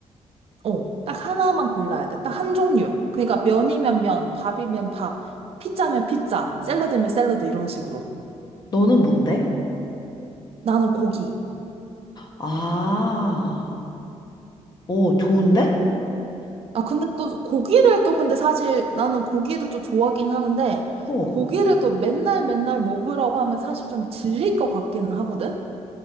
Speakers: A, on the right; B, on the left.
A: 어, 딱 하나만 골라야 돼. 딱 한 종류. 그러니까 면이면 면, 밥이면 밥, 피자면 피자, 샐러드면 샐러드 이런 식으로.
B: 너는 뭔데?
A: 나는 고기.
B: 아, 오, 좋은데?
A: 아, 근데 또 고기를 또 근데 사실 나는 고기를 또 좋아하긴 하는데
B: 어.
A: 고기를 또 맨날 맨날 먹으라고 하면 사실 좀 질릴 것 같기는 하거든?